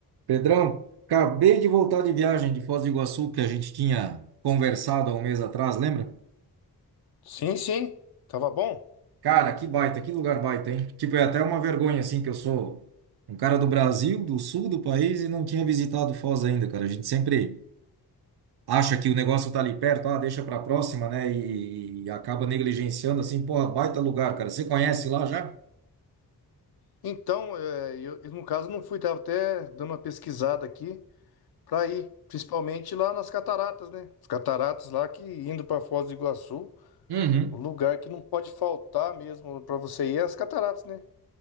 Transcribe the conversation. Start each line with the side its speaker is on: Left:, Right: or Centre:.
Right: Pedrão, acabei de voltar de viagem de Foz do Iguaçu que a gente tinha conversado há um mês atrás, lembra?
Left: Sim, sim, tava bom.
Right: Cara, que baita, que lugar baita, hein? Tipo, é até uma vergonha, assim, que eu sou um cara do Brasil, do sul do país e não tinha visitado Foz ainda, cara. A gente sempre acha que o negócio tá ali perto, ah, deixa pra próxima, né? E, e acaba negligenciando, assim, porra, baita lugar, cara. Você conhece lá já?
Left: Então, é, eu, eu, no caso não fui, tava até dando uma pesquisada aqui para ir, principalmente lá nas cataratas, né? As cataratas lá que indo para Foz do Iguaçu,
Right: Uhum.
Left: o lugar que não pode faltar mesmo para você ir é as cataratas, né?